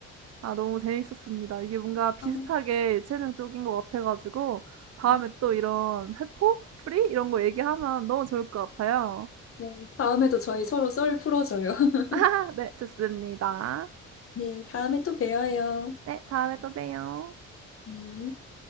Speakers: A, on the right; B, on the left.
A: 아, 너무 재밌었습니다. 이게 뭔가 비슷하게
B: 아,
A: 예체능 쪽인 것 같아가지고, 다음에
B: 음.
A: 또 이런 세포? 프리? 이런 거 얘기하면 너무 좋을 것 같아요.
B: 네. 다음에도 저희 서로 썰 풀어줘요. <laughs>
A: <laughs> 아, 네, 좋습니다.
B: 네, 다음에 또 봬요.
A: 네, 다음에 또 봬요.
B: 네.